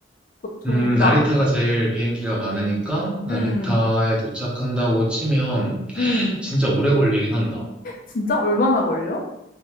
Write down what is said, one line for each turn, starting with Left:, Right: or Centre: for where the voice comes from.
Left: 보- 보니까.
Centre: 음, 나리타가 제일 비행기가 많으니까 나리타에
Left: 음,
Centre: 도착한다고 치면
Left: 음.
Centre: 진짜 오래 걸리긴 한다.
Left: 진짜 얼마나 걸려?